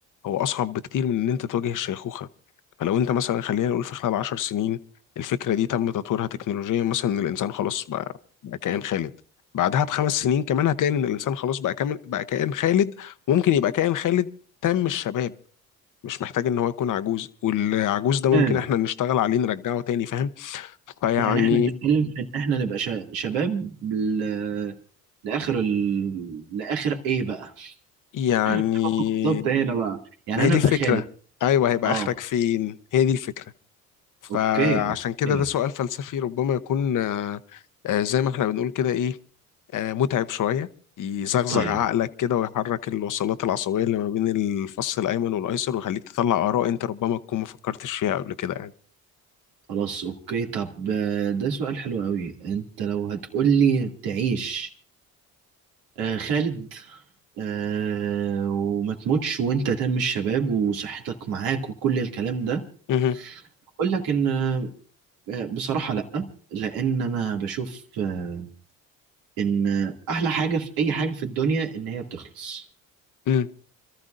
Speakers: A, on the left; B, on the right.
A: هو أصعب بكتير من إن أنت تواجه الشيخوخة فلو أنت مثلا خلينا نقول في خلال عشر سنين الفكرة دي تم تطويرها تكنولوجيا مثلا إن الإنسان خلاص بقى بقى كائن خالد بعدها بخمس سنين كمان هتلاقي إن الإنسان خلاص بقى كامل بقى كائن خالد ممكن يبقى كائن خالد تام الشباب مش محتاج ان هو يكون عجوز والعجوز ده ممكن
B: تمام.
A: احنا نشتغل عليه نرجعه تاني فاهم فيعني
B: يعني إحنا بنتكلم في إن إحنا نبقى شا- شباب ل- لآخر ال... لآخر إيه بقى
A: يعني
B: <laughs> بالظبط هنا بقى يعني
A: ما هي
B: أنا
A: دي
B: أبقى
A: الفكرة
B: خالد
A: ايوه هيبقى
B: آه
A: اخرك فين هي دي الفكرة فعشان
B: أوكي أوكي
A: كده ده سؤال فلسفي ربما يكون آه، آه، زي ما احنا بنقول كده ايه آه، متعب شوية يزغزغ
B: طيب
A: عقلك كده ويحرك الوصلات العصبية اللي ما بين الفص الأيمن والأيسر ويخليك تطلع آراء أنت ربما تكون ما فكرتش فيها قبل كده يعني
B: خلاص اوكي طب آه، ده سؤال حلو قوي انت لو هتقولي تعيش آه، خالد آه، وما تموتش وانت تم الشباب وصحتك معاك وكل الكلام ده
A: مهم.
B: اقول لك ان آه، بصراحة لا لان انا بشوف آه، ان احلى حاجة في اي حاجة في الدنيا ان هي بتخلص
A: مم.